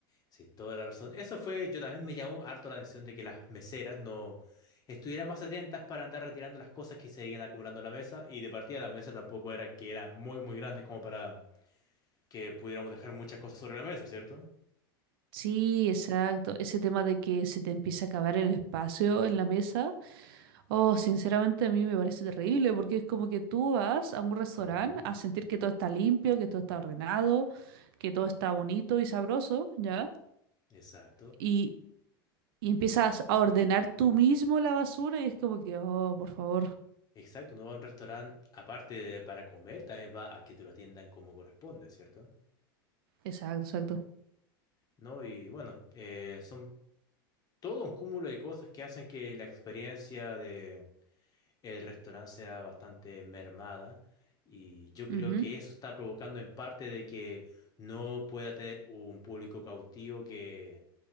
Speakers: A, on the left; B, on the right.
A: sí, toda la razón. Eso fue, yo también me llamó harto la atención de que las meseras no estuvieran más atentas para andar retirando las cosas que se iban acumulando en la mesa y de partida la mesa tampoco era que eran muy, muy grandes como para que pudiéramos dejar muchas cosas sobre la mesa, ¿cierto?
B: Sí, exacto. Ese tema de que se te empieza a acabar el espacio en la mesa Oh, sinceramente a mí me parece terrible porque es como que tú vas a un restaurante
A: Ujú,
B: a sentir que todo está limpio, que todo está ordenado, que todo está bonito y sabroso, ¿ya?
A: Exacto.
B: Y, y empiezas a ordenar tú mismo la basura y es como que, oh, por favor.
A: Exacto, uno va a un restaurante aparte de para comer, también va a que te lo atiendan como corresponde, ¿cierto?
B: Exacto, exacto.
A: ¿No? Y bueno, eh, son todo un cúmulo de cosas que hacen que la experiencia de el restaurante sea bastante mermada y yo creo
B: Ujú.
A: que eso está provocando en parte de que no pueda tener un público cautivo que